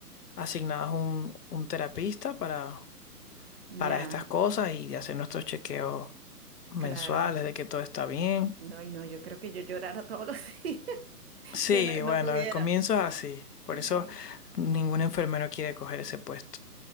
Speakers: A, on the left; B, on the right.
A: asignados un, un terapista para, para
B: Ya,
A: estas cosas y hacer nuestros chequeos mensuales
B: claro.
A: de que todo está bien.
B: No, ay, no, yo creo que yo llorara todos los <laughs> días.
A: Sí,
B: Yo no, no
A: bueno,
B: pudiera.
A: al comienzo es así. Por
B: Sí.
A: eso ningún enfermero quiere coger ese puesto.